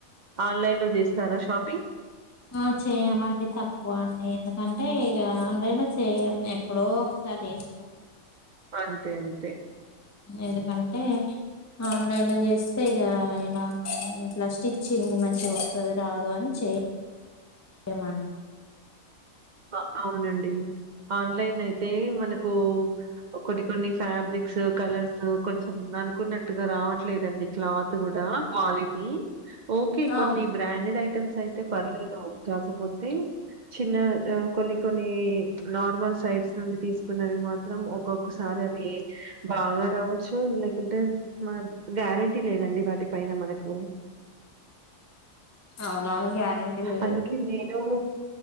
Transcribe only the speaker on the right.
ఆన్లైన్ లొ జేస్తారా షాపింగ్.
అంతే అంతే
అ అవునండి ఆన్లైన్ అయితే మనకూ కొన్ని కొన్ని ఫ్యాబ్రిక్స్ కలర్స్ కొంచెం అనుకున్నట్టుగా రావట్లేదండి క్లాత్ కుడా క్వాలిటీ ఒకే కొన్ని
బ్రాండెడ్ ఐటమ్స్ అయితే పర్లేదు కాకపోతే చిన్న ఆ కొన్ని కొన్ని నార్మల్ సైడ్స్ నుండి తీసుకున్నవి మాత్రం ఒక్కొక్కసారి అవి బాగా రావచ్చు లేకుంటే మా గ్యారెంటీ లేదండి వాటి పైన మనకు
అందుకె నేనూ